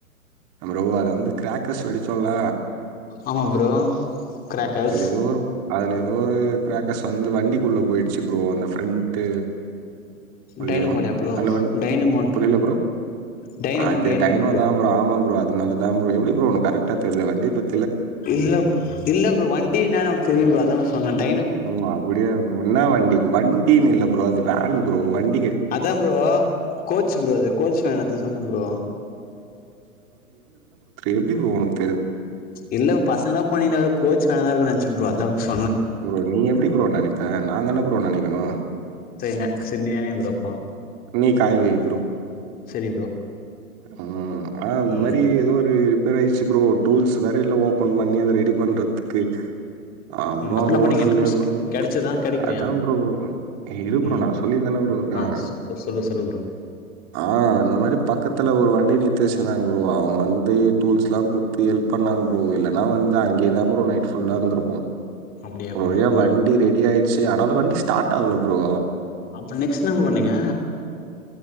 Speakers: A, on the right (about 30°); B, on the left (about 20°).
A: ப்ரோ அது வந்து கிராக்கர்ஸ் வெடிச்சோம்ல
B: ஆமா ப்ரோ கிராக்கஸ்
A: ஏதோ ஒரு அதுல ஏதோ ஒரு கிராக்கர்ஸ் வந்து வண்டிக்குள்ள போய்டுச்சு ப்ரோ அந்த ப்ரெண்ட் <unintelligible>
B: டைனமோலயா ப்ரோ
A: அதுல வந்த்
B: டைனமோ
A: புரில ப்ரோ
B: டைனமோ
A: அது
B: டைனமோ
A: டைனோதா ப்ரோ ஆமா ப்ரோ அதனால தா ப்ரோ எப்டி ப்ரோ உனக்கு கரெக்ட் க்டா தெரிது வண்டி ய பத்தி
B: இல்ல இல்ல ப்ரோ வண்டி என்னனு அவனுக்கு தெரியும்ல அதா சொன்னே டை
A: ஓ அப்டியா ப்ரோ என்ன வண்டிக் வண் இல்ல ப்ரோ அது வேன் ப்ரோ வண்
B: அதா ப்ரோ கோச் ப்ரோ அது கோச் வேன் அத சொன்ன ப்ரோ
A: எப்டி ப்ரோ உனக்
B: இல்ல பசங்கலா போனீங்ளா எதாச்சு கோச் வேனா தா இருக்கு னு நெனைச்ச ப்ரோ அதா ப்ரோ
A: ப்ரோ நீ எப்டி ப்ரோ நெனைப்ப நா தான ப்ரோ நெனைக்கணு
B: செரி செரி நீ நினையே ப்ரோ அப்போ
A: நீ காய வை ப்ரோ.
B: சரி ப்ரோ
A: ம் ஆ அந்த
B: ம்
A: மாரி ஏதோ ஒரு ரிபர் ஆயிருச்சு ப்ரோ டூல்ஸ் வேற இல்ல ஓபன் பண்ணி அத ரெடி பண்ற துக்கு <unintelligible>
B: ம் அப்ப என்ன பண்ணீங்க டூல்ஸ் கெடச்சதா கெடைக்கலையா
A: அதான் ப்ரோ இரு ப்ரோ
B: ம்
A: நான் சொல்லிட்டுதானே ப்ரோ இருக்கேன்
B: ஆ சொ சொல்லு சொல்லு ப்ரோ
A: ஆ அந்த மாரி பக்கத்ல ஒரு வண்டி நீ <unintelligible> அவுங்க வந்து டூல்ஸ் லாம் குடுத்து ஹெல்ப் பண்ணாங்க ப்ரோ இல்ல நா வந்து அங்கேயே தா ப்ரோ நைட் புல்லா இருந்திருக்கோ
B: அப்டியா
A: ஒரு
B: ப்ரோ
A: வழியா
B: அப்ப
A: வண்டி ரெடி ஆயி சேரி ஆனாலு வண்டி ஸ்டார்ட் ஆவல ப்ரோ
B: அப்ப நெக்ஸ்ட் என்னப்பா பண்ணீங்க